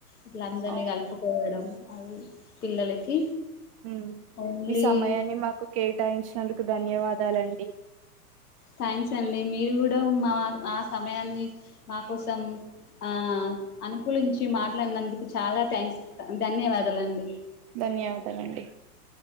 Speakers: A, on the left (about 70°); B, on the right (about 25°).
A: ఇట్ల అందరినీ
B: అవును
A: కలుపుకోవడం అవి పిల్లలకి
B: ఉం
A: ఓన్లీ
B: మీ సమయాన్ని మాకు కేటాయించినందుకు ధన్యవాదాలండి
A: థ్యాంక్స్ అండి మీరు కూడా మా ఆ సమయాన్ని మాకు కోసం ఆ అనుకూలించ మాట్లాడినందుకు చాలా థ్యాంక్స్ ధన్యవాదాల అండి
B: ధన్యవాదాలండి